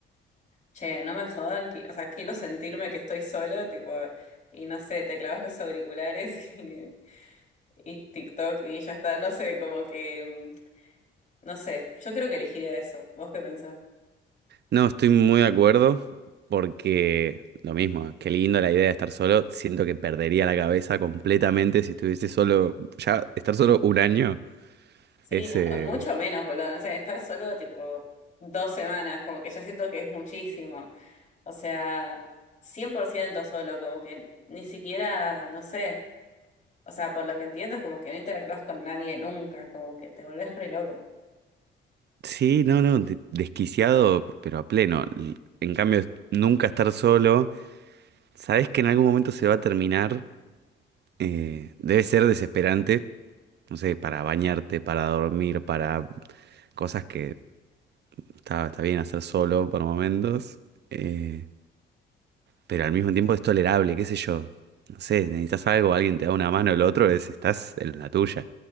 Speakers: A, on the left; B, on the right.
A: che, no me jodan, qui- o sea, quiero sentirme que estoy solo, tipo, y no sé, te clavas los auriculares <laughs> y, y TikTok y ya está, no sé, como que, mm, no sé, yo creo que elegiría eso. ¿Vos qué pensás?
B: no, estoy muy de acuerdo porque lo mismo, qué lindo la idea de estar solo, siento que perdería la cabeza completamente si estuviese solo, ya estar solo un año
A: Sí,
B: es...
A: no,
B: eh,
A: mucho menos, boludo, no sé, estar solo, tipo, dos semanas, como que ya siento que es muchísimo. O sea, 100% solo, como que ni siquiera, no sé. O sea, por lo que entiendo es como que no interactúas con nadie nunca, como que te volvés re loco.
B: Sí, no, no, de- desquiciado, pero a pleno. L- En cambio, nunca estar solo, sabes que en algún momento se va a terminar, eh, debe ser desesperante no sé, para bañarte, para dormir, para cosas que está, está bien hacer solo por momentos, eh, pero al mismo tiempo es tolerable, qué sé yo. No sé, necesitas algo, alguien te da una mano, el otro es, estás en la tuya.